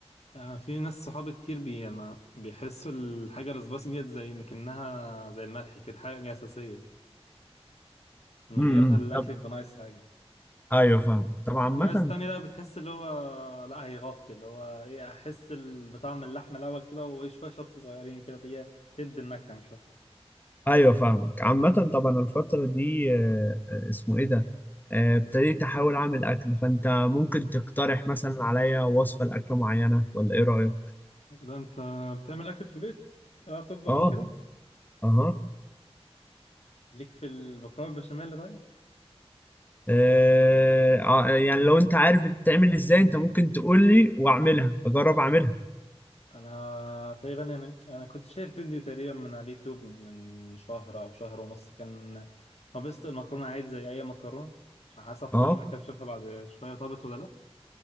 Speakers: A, on the left; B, on the left.
A: آه، في ناس صحابي كتير بي ما بيحسوا الحاجة السبايسي ديت زي مكنها زي الملح كده حاجة أساسية من
B: امم
A: غيرها
B: أمم.
A: الأكل
B: طب
A: يبقى ناقص حاجة
B: ايوه فاهم طبعا
A: وفي
B: عامة
A: ناس تانية بقى بتحس اللي هو لا هيغطي اللي هو إيه أحس ال- بطعم اللحمة الأول كده وإيه شوية شطة صغيرين كده اللي هي تدي النكهة مش أكتر
B: ايوه فاهمك عامة طبعا الفترة دي آه، آه، اسمه ايه ده آه، ابتديت احاول اعمل اكل فانت ممكن تقترح مثلا عليا وصفة لاكلة معينة ولا ايه رأيك؟
A: إيه ده أنت بتعمل أكل في البيت؟ بتعرف تطبخ
B: اه
A: وكده؟
B: اها
A: ليك في المكرونة البشاميل طيب؟
B: آه، آه، يعني لو انت عارف بتتعمل ازاي انت ممكن تقول لي واعملها اجرب اعملها
A: انا تقريبا يعني انا كنت شايف فيديو تقريبا من على اليوتيوب من شهر او شهر ونص كان مبسط المكرونه عادي زي اي مكرونه عشان حسب طيابها
B: اه
A: كده اشوفها بعد شويه طابت ولا لا